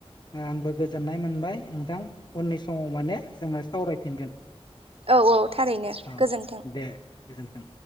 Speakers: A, on the left (about 45°); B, on the right (about 60°).
A: आंबो गोजोननाय मोनबाय नोंथां उननि समाव माने जोङो सावरायफिनगोन।
B: औ औ थारैनो
A: औ
B: गोजोन्थों।
A: दे गोजोन्थों